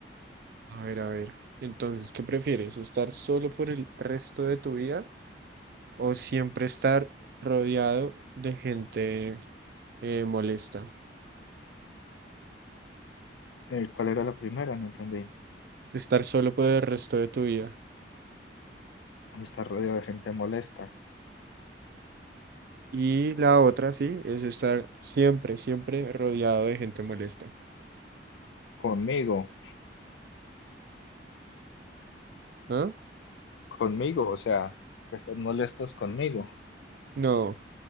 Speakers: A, on the right (about 55°); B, on the left (about 80°).
A: a ver, a ver. Entonces, ¿qué prefieres? ¿Estar solo por el resto de tu vida? o siempre estar rodeado de gente eh, molesta,
B: eh, ¿cuál era la primera? No entendí.
A: estar solo por el resto de tu vida.
B: Estar rodeado de gente molesta.
A: Y la otra, sí, es estar siempre, siempre rodeado de gente molesta.
B: Conmigo,
A: ¿Ah?
B: conmigo, o sea, que están molestos conmigo.
A: No,